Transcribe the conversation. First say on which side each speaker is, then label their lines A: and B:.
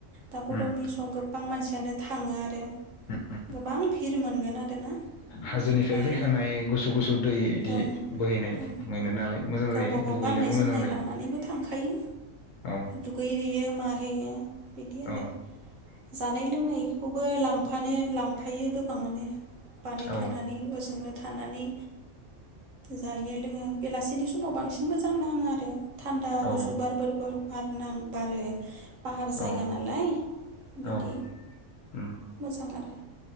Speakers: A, on the right; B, on the left.
A: दा गरमनि
B: उम
A: सम गोबबां मानसि यानो थाङो आरो
B: ओम-ओम
A: गोबां भिर मोनगोन आरोना
B: हाजोनिफ्राय
A: बेनिफ्राय
B: फैखानाय गुसु-गुसु दै इदि
A: औ
B: बोहैनाय।
A: औ
B: मोनो नालाय मोजां जायो
A: गावबा गाव
B: दुगैनोबो
A: गाननाय
B: मोजां
A: जोमनाय
B: जायो
A: लानानैबो थां खायो।
B: औ
A: दुगै होयो हैयो माहैयो। बिदि आरो
B: औ
A: जानाय लोंनाय खौबो लांफानो लांफा यो गोबाङानो बानायखानानै
B: औ
A: हजोंनो थानानै जायो लोङो बेलासिनि समाव बांसिन मोजां नाङो आरो थान्दा
B: औ
A: गुसुुबारबोरबो बारनां बारो पाहार जायगा
B: औ
A: नालाय बिदि
B: औ उम
A: मोजां आरो